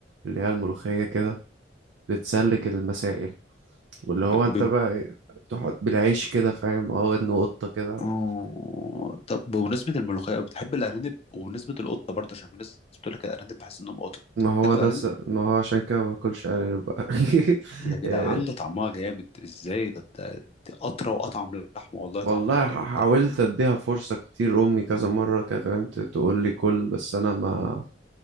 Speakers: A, on the right (about 80°); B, on the left (about 35°).
A: اللي هي الملوخية كده بتسلك المسائل واللي
B: ب...
A: هو انت
B: ب...
A: بقى ايه، تحط بالعيش كده فاهم اه ودن قطة كده
B: آه، طب بمناسبة الملوخية بتحب الأرانب وبمناسبة القطة برضه عشان في ناس بتقول لك الأرانب بحس إنهم قطط
A: ما هو
B: تاكل
A: ده
B: أرانب
A: س... ما هو عشان كده ما باكلش ارانب بقى <laughs>
B: يا جدعان
A: إيه،
B: ده طعمها جامد ازاي ده ده- دي اطرى واطعم للحمه والله
A: والله
B: طعم الارانب
A: ح- حاولت
B: ده
A: اديها فرصة كتير امي كذا مرة كده فهمت تقول لي كل بس انا ما